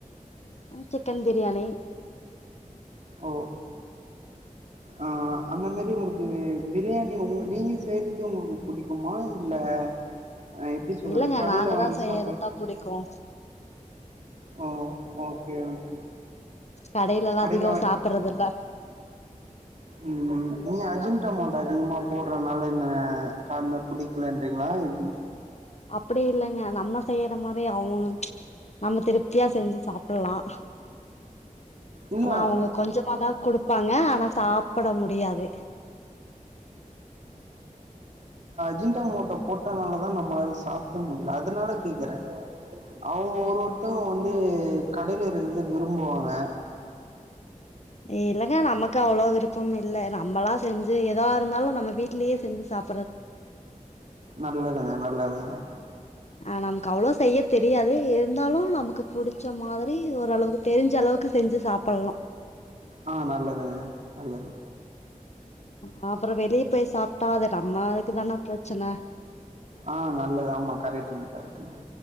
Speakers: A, on the left; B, on the right.
A: சிக்கன் பிரியாணி
B: ஓ ஆஹ் அந்த மாரி உங்களுக்கு பிரியாணி உங்க நீங்க செய்தது உங்களுக்கு புடிக்குமா இல்ல அ எப்டி சொல்றது
A: இல்லங்க
B: கடையில
A: நாங்க
B: வாங்கி
A: தான் செய்யறதான்
B: சாப்ப
A: புடிக்கும்
B: ஓ ஓகே ஓகே
A: கடையிலல்லா
B: கடையில
A: அதிகோ
B: வாங்கி
A: சாப்புட்றதில்ல
B: உம் நீ அஜ அஜினமோட்டோ அதிகமா போடுறதுனால இந்த கால பிடிக்கலன்றீங்களா எப்படி
A: அப்படி இல்லைங்க நம்ம செய்யற மாரி அவங்க நம்ம திருப்தியா செஞ்சு சாப்பிடலாம்
B: இல்ல
A: ஆனா அவங்க கொஞ்சமாதான் குடுப்பாங்க ஆனா சாப்பட முடியாது
B: ஜிண்டா மோட்டோ போட்டனால தான் நம்மளால சாப்பிட முடியல அதனால கேக்குறேன் அவங்க ஒருவர் தூங்க வந்து கடையில இருக்கிறத விரும்புவாங்க
A: இல்லைங்க நமக்கு அவ்வளவு விருப்பம் இல்ல நம்மளாம் செஞ்சு எதா இருந்தாலும் நம்ம வீட்டுலேயே செஞ்சு சாப்ப
B: நல்லதுங்க நல்லதுங்க
A: ஆஹ் நமக்கு அவ்வளவு செய்யள்ளஒ தெரியாது இருந்தாலும் நமக்கு புடிச்ச மாதிரி ஓரளவுக்கு தெரிஞ்ச அளவுக்கு செஞ்சு சாப்பிலாம்
B: ஆஹ் நல்லதுங்க நல்லது
A: ஹ அப்புறம் வெளியே போய் சாப்பிட்டா அது நம்மளுக்கு தானே பிரச்சன
B: ஆஹ் நல்லது ஆமா கரெக்டங்க கரெக்டங்க